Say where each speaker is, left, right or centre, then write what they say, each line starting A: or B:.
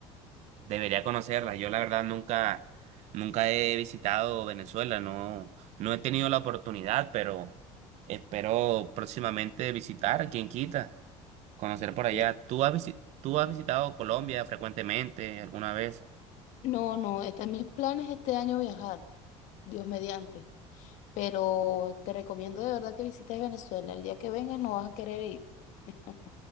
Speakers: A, on the right; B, on the left.
A: Debería conocerla. Yo la verdad nunca, nunca he visitado Venezuela, no, no he tenido la oportunidad, pero espero próximamente visitar, quien quita, conocer por allá.
B: Y-
A: ¿Tú has visi- tú has visitado Colombia frecuentemente alguna vez?
B: No, no, están mis planes este año viajar, Dios mediante, pero te recomiendo de verdad que visites Venezuela. El día que vengas no vas a querer ir, <laughs> vas